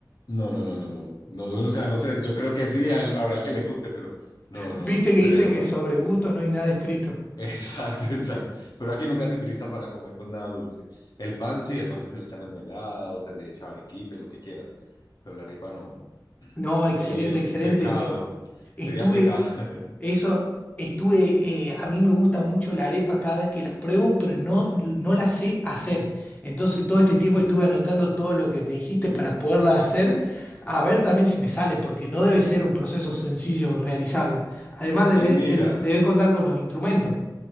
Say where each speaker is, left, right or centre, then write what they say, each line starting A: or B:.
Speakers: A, on the left; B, on the left.
A: no, no, no, no, no, no, o sea, no sé, yo creo que sí, al- habrá el que le guste, pero no, no,
B: Viste
A: no
B: que
A: sería
B: dicen
A: capaz.
B: que sobre gustos no hay nada escrito.
A: Exacto, <laughs> exacto. Pero aquí nunca se utiliza para comer con nada dulce. El pan sí, el pan sí se le echa mermelada o se le echa arequipe, lo que quieras. Pero la arepa no.
B: No, excelente,
A: Prohibido.
B: excelente.
A: Pecado.
B: Me- estuve
A: Sería pecado. <laughs>
B: Eso estuve, eh, a mí me gusta mucho la arepa cada vez que la pruebo, pero no, no la sé hacer. Entonces todo este tiempo estuve anotando todo lo que me dijiste para poderla hacer, a ver también si me sale, porque no debe ser un proceso sencillo realizarla. Además debe,
A: Pues mira,
B: ten- debe contar con los instrumentos,